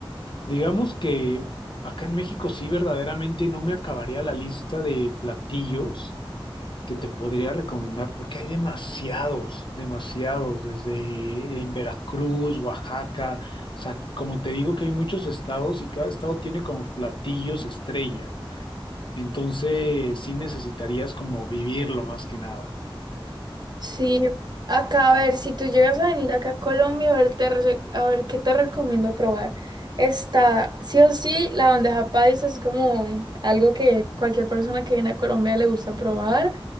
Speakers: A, on the left; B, on the right.
A: Digamos que acá en México sí verdaderamente no me acabaría la lista de platillos que te podría recomendar, porque hay demasiados, demasiados, desde en Veracruz, Oaxaca, o sea, como te digo que hay muchos estados y cada estado tiene como platillos estrella, entonces sí necesitarías como vivirlo más que nada.
B: Sí, acá a ver, si tú llegas a venir acá a Colombia, a ver, te re- a ver qué te recomiendo probar. Está, sí o sí, la bandeja paisa es como algo que cualquier persona que viene a Colombia le gusta probar.